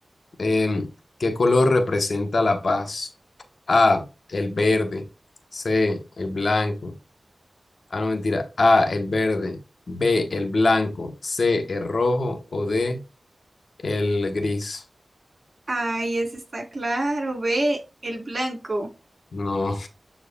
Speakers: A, on the left; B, on the right.
A: em, ¿qué color representa la paz? A, el verde. C, el blanco. Ah, no, mentira. A, el verde. B, el blanco. C, el rojo. O D, el gris.
B: Ay, ese está claro, ve, el blanco.
A: No.